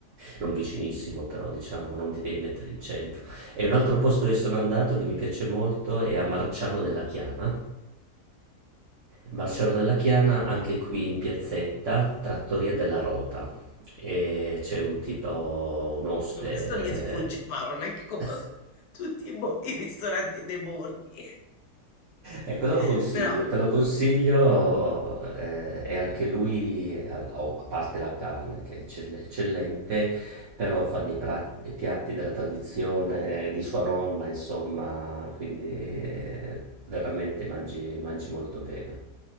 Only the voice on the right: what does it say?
non vicinissimo però diciamo, non ti devi mettere in centro. E un altro posto dove sono andato che mi piace molto è a Marciano della Chiana. Marciano della Chiana, anche qui in piazzetta, Trattoria della Rota e c'è un tipo, un oste.
<laughs>
Ecco, te lo consiglio,
te lo consiglio eh, e anche lui, eh, al- oh, a parte la carne che è eccell- eccellente, però fa dei pra- dei piatti della tradizione di sua nonna, insomma, quindi eh, veramente mangi, mangi molto bene,